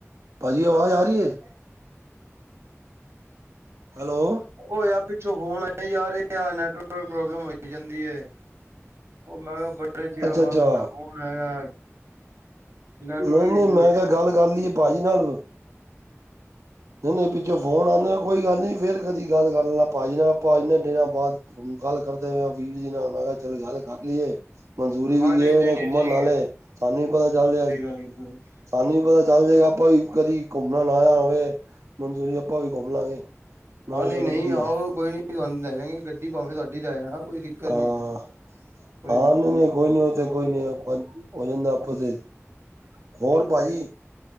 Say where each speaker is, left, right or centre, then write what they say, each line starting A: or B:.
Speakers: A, on the right; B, on the right.
A: ਭਾਜੀ ਆਵਾਜ਼ ਆ ਰਹੀ ਹੈ, ਹੈਲੋ
B: ੳ ਯਾਰ, ਪਿੱਛੋਂ ਫੋਨ ਆਏ ਜਾ ਰਹੇ ਆ ਨੈਟਵਰਕ ਪ੍ਰੋਬਲਮ ਹੋਈ ਜਾਂਦੀ ਹੈ। ਉਹ ਮੈਂ ਕਿਹਾ ਬੜੇ ਚਿਰਾਂ
A: ਅੱਛਾ
B: ਬਾਅਦ
A: ਅੱਛਾ
B: ਤੁਹਾਡਾ ਫੋਨ ਆਇਆ। ਨੈਟਵਰਕ
A: ਨਹੀਂ ਨਹੀਂ
B: ਇਸ਼ੂ
A: ਮੈਂ
B: ਹੋਈ
A: ਕਿਹਾ ਗੱਲ ਕਰ ਲਈਏ, ਭਾਜੀ ਨਾਲ ਨਹੀਂ ਨਹੀਂ ਪਿੱਛੋਂ ਫੋਨ ਆਉਂਦੇ ਕੋਈ ਗੱਲ ਨੀ ਫੇਰ ਕਦੀ ਗੱਲ ਕਰ ਲੈਣਾ, ਭਾਜੀ ਨਾਲ ਭਾਜੀ ਨਾਲ ਦਿਨਾਂ ਬਾਅਦ ਗੱਲ ਕਰਦੇ ਪਏ ਆਂ ਵੀਰ ਜੀ ਨਾਲ ਮੈਂ ਕਿਹਾ ਚੱਲ ਗੱਲ ਕਰ ਲਈਏ ਮਨਸੂਰੀ ਵੀ
B: ਹਾਂ ਨਹੀਂ
A: ਗਏ ਹੋਏ
B: ਨਹੀਂ
A: ਨੇ
B: ਨਹੀਂ
A: ਘੁੰਮਣ
B: ਠੀਕ
A: ਨਾਲੇ,
B: ਹੈ
A: ਸਾਨੂੰ ਵੀ ਪਤਾ ਚੱਲ ਜਾਏ-
B: <inaudible>
A: ਸਾਨੂੰ ਵੀ ਪਤਾ ਚੱਲ ਜਾਏਗਾ, ਆਪਾਂ ਵੀ ਕਦੀ ਘੁੰਮਣ ਆਣਾ ਹੋਵੇ ਮਨਸੂਰੀ, ਆਪਾਂ ਵੀ ਘੁੰਮ ਲਾਂਗੇ। ਮੈਂ
B: ਹਾਂ
A: ਕਿਹਾ
B: ਨਈ-ਨਈ
A: ਚਲੋ ਵਧੀਆ
B: ਆਓ ਕੋਈ ਨੀ ਅਸੀਂ ਤੁਹਾਨੂੰ ਲੈ ਜਾਂਗੇ ਗੱਡੀ ਭਾਵੇਂ ਸਾਡੀ ਲੈ ਜਾਣਾ ਕੋਈ ਦਿੱਕਤ
A: ਹਾਂ,
B: ਨੀ ਹੈਗੀ। ਕੋਈ ਦਿੱਕਤ
A: ਨਹੀਂ-ਨਹੀਂ ਕੋਈ ਨੀ, ਓ ਤੇ ਕੋਈ ਨੀ। ਹੋ ਜਾਂਦੈ ਆਪੇ ਤੇ ਹੋਰ ਭਾਜੀ